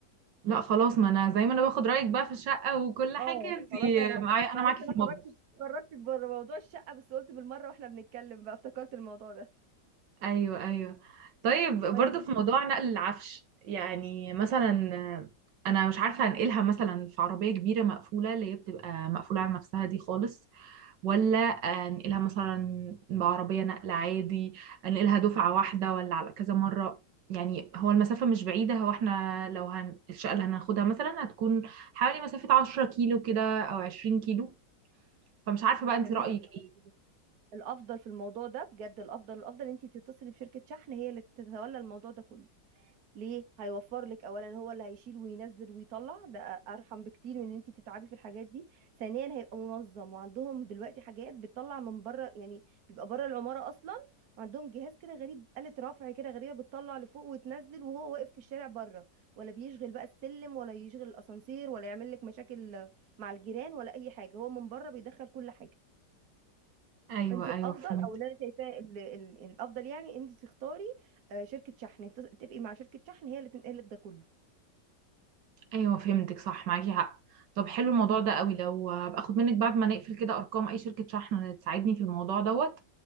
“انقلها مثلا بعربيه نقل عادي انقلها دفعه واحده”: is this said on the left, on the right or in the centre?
Right